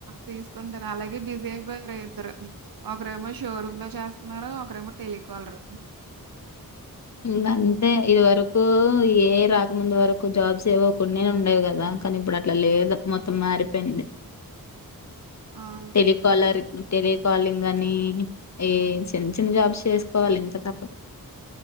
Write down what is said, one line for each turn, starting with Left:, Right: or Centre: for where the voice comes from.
Right: తీసుకుంటారు అలాగే బిజీ అయిపోయారు ఇద్దరు ఒకరేమో షోరూమ్ లో చేస్తున్నారు ఒకరేమో టెలికాలర్
Left: ఇంకా అంతే ఇది వరకు యే ఐ రాకముందు వరకు జాబ్స్ ఏవో కొన్నే ఉండేవి కదా కానీ ఇప్పుడు అట్లా లేదు మొత్తం మారిపోయింది
Right: అవును
Left: తెలికాలర్ టెలికాలింగ్ అని ఏ చిన్న చిన్న జాబ్స్ చేసుకోవాలి ఇంకా తప్పడు